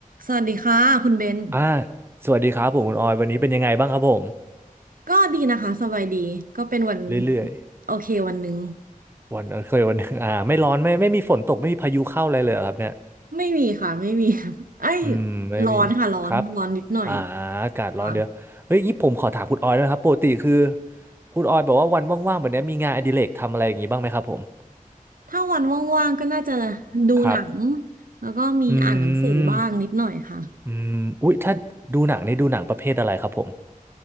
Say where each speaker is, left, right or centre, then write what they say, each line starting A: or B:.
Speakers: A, on the right; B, on the right.
A: สวัสดีค่ะคุณเบน
B: อ่าสวัสดีครับผมคุณออยวันนี้เป็นยังไงบ้างครับผม
A: ก็ดีนะคะสบายดีก็เป็นวัน
B: เรื่อย
A: โอเควันหนึ่ง
B: ๆวันเคยวันหนึง <laughs> อ่าไม่ร้อนไม่ไม่มีฝนตกไม่มีพายุเข้าอะไรเลยเหรอครับเนี่ย
A: ไม่มีค่ะไม่มี <laughs> ไอ้ย
B: อืมไม่มีครับ
A: ร้อนค่ะร้อนร้อนนิดหน่อย
B: อ่าอากาศร้อนเดี๋ยวเฮ้ยงี้ผมขอถามคุณออยด้วยนะครับปกติคือ
A: ค่ะ
B: คุณออยบอกว่าวันว่างๆแบบเนี้ยมีงานอดิเรกทำอะไรอย่างงี้บ้างไหมครับผม
A: ถ้าวันว่างๆก็น่าจะดูหนัง
B: ครับ
A: แล้วก็มีอ่านหนังสือบ้างนิดหน่อยค่ะ
B: อืมอืมอุ๊ยถ้าดูหนังนี่ดูหนังประเภทอะไรครับผม